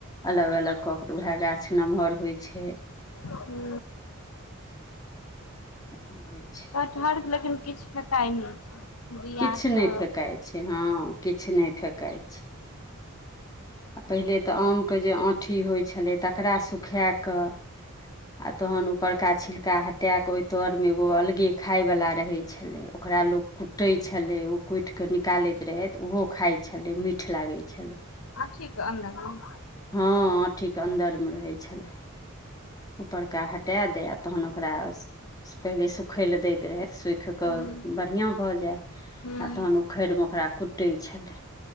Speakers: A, on the left (about 20°); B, on the left (about 75°).
A: अलग अलग कऽ केऽ तऽ उएह गाछ नमहर होइ छै।
B: हू।
A: तऽ होइ छै
B: कटहर लेकिन किछ फेकाय नहि छै। बिआके
A: किछु नहि फेकाइ छै हँ किछु नहि फेकाइ छै आ पहिले त आमके जे आठी होइ छलै तकरा सुखाए क आ तहन ऊपड़का छिलका हटा के ओय तर में एगो अलगे खााय वाला रहे छले ओकरा लोग कूटै छलै ओ कुटि क निकालैत रहै ओहो खाए छलै मीठ लागै छलै
B: आठी के अंदर ह
A: हँ आठी के अन्दर मे रहै छलै ऊपरका हटा दै आ तहन ओकरा पहिले सुखय लए दैत रहय सुख
B: हूँ
A: क बढ़िया भ जाय
B: हूँ
A: आ तहन उखैड़ मे ओकरा कुटै छैलै